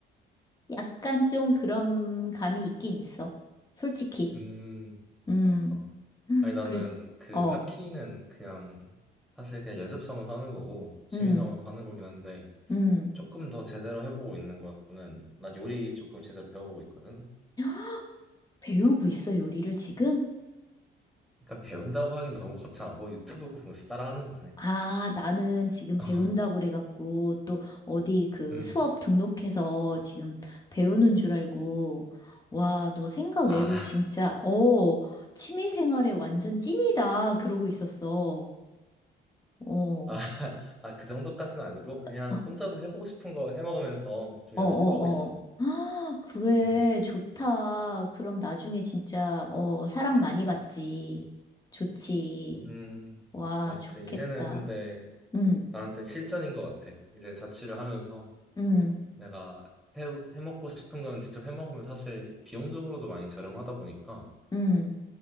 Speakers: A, on the left; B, in the centre.
A: 약간 좀 그런 감이 있긴 있어. 솔직히.
B: 음,
A: 음,
B: 맞아. 아니, 나는
A: 그래,
B: 그
A: 어,
B: 하키는 그냥 사실 그냥 연습 삼아서 하는 거고 취미
A: 음,
B: 삼아서 하는 거긴 한데
A: 음.
B: 조금 더 제대로 해보고 있는 거는 나 요리 조금 제대로 배워보고 있거든.
A: <gasps> 배우고 있어, 요리를 지금?
B: 그러니까 배운다고 하긴 너무 거창하고 유튜브 보면서 따라하는 거지.
A: 아, 나는 지금
B: <laughs>
A: 배운다고
B: 어,
A: 그래갖고, 또 어디 그
B: 음,
A: 수업 등록해서 지금 배우는 줄 알고, 와, 너 생각
B: 아,
A: 외로 진짜,
B: <laughs>
A: 어, 취미 생활에 완전 찐이다. 그러고 있었어. 어,
B: 아, 아, 그 정도까지는 아니고 그냥
A: <laughs>
B: 혼자서 해보고 싶은 거 해먹으면서 좀
A: 어,
B: 연습해보고
A: 어,
B: 있어.
A: 어. 아, 그래,
B: 음,
A: 좋다. 그럼 나중에 진짜, 어, 사랑 많이 받지. 좋지.
B: 음,
A: 와,
B: 맞지.
A: 좋겠다.
B: 이제는 근데
A: 응,
B: 나한테 실전인 것 같아. 이제 자취를 하면서.
A: 응,
B: 내가 해, 해먹고 싶은 건 직접 해먹으면 사실 비용적으로도 많이 저렴하다 보니까
A: 응.